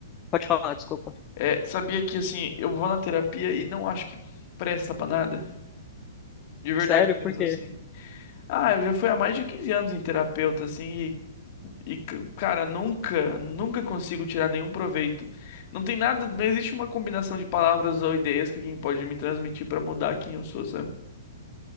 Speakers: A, on the left; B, on the left.
A: pode falar, desculpa.
B: É, sabia que assim, eu vou na terapia e não acho que presta pra nada. De verdade
A: Sério,
B: mesmo,
A: por quê?
B: assim. Ah, eu já fui há mais de 15 anos em terapeuta, assim, e, e, c- cara, nunca, nunca consigo tirar nenhum proveito. Não tem nada, não existe uma combinação de palavras ou ideias que alguém pode me transmitir pra mudar quem eu sou, sabe?